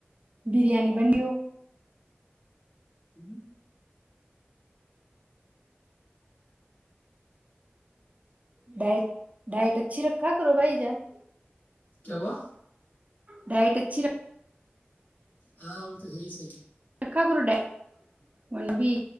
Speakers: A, on the right; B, on the left.
A: بریانی بن ہو
B: ج <unintelligible>
A: ڈائٹ ڈائٹ اچھی رکھا کرو بھائی جان
B: کیا ہوا
A: ڈائٹ اچھی ر <unintelligible>
B: ہاں وہ تو ہے ص ہی <unintelligible>
A: رکھا گ ڈا مب